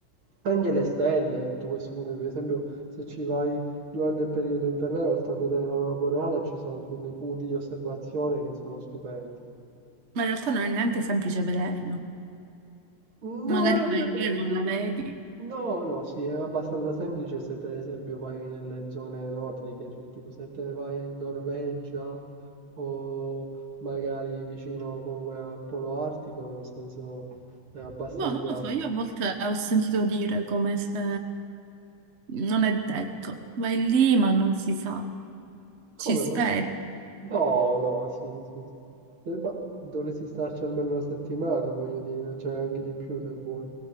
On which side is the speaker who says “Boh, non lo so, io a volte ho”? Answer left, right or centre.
Right